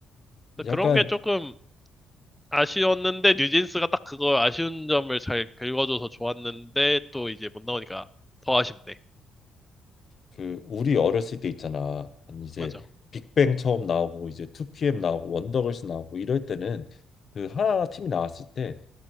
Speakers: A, in the centre; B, on the left.
A: 그래서
B: 약간
A: 그런 게 조금 아쉬웠는데 뉴진스가 딱 그걸 아쉬운 점을 잘 긁어줘서 좋았는데 또 이제 못 나오니까 더 아쉽네.
B: 그 우리 어렸을 때 있잖아. 아니 이제
A: 맞아.
B: 빅뱅 처음 나오고 이제 2PM 나오고 원더걸스 나오고 이럴 때는 그 하나 팀이 나왔을 때그